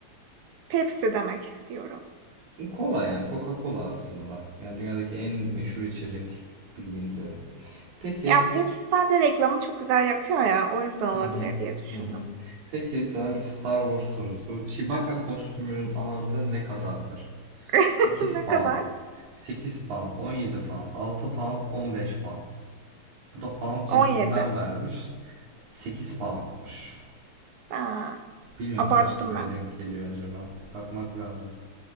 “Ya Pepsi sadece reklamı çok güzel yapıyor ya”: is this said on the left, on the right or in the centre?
Right